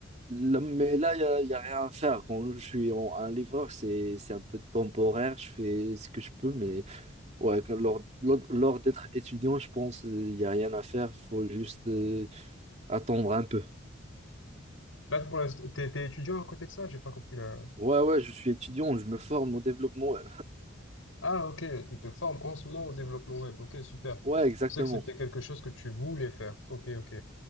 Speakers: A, on the right; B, on the left.
A: là- mais là, il n'y a, y a rien à faire. Quand je suis en- un livreur, c'est, c'est un peu temporaire, je fais ce que je peux, mais ouais, quand- lors, lors, lors d'être étudiant, je pense il n'y a rien à faire, faut juste euh, attendre un peu.
B: Là, pour l'instant, t'es, t'es étudiant à côté de ça? J'ai pas compris là.
A: Ouais, ouais, je suis étudiant, je me forme au développement. Ouais,
B: Ah, ok, tu te formes en ce moment au développement web. Ok, super.
A: Ouais, exactement.
B: Je sais que c'était quelque chose que tu voulais faire. Ok, ok.